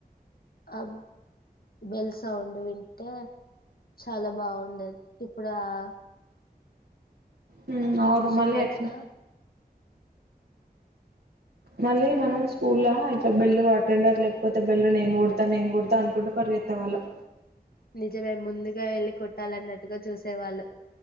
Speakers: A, on the left; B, on the right.
A: ఆ బెల్ సౌండు వింటే చాలా బావుండేది ఇప్పుడు ఆ
B: హ అవును
A: ప్రమోషన్
B: మళ్ళీ
A: వచ్చినా
B: ఎట్ల మళ్ళీ మనం స్కూల్లా ఇట్లా బెల్లు అటెండర్ లేకపోతే బెల్లు నేను కొడతా నేను కొడతా అనుకుంట పర్ గెత్తే వాళ్ళం
A: నిజమే ముందుగా ఎళ్ళి కొట్టాలన్నట్టుగా చూసేవాళ్ళు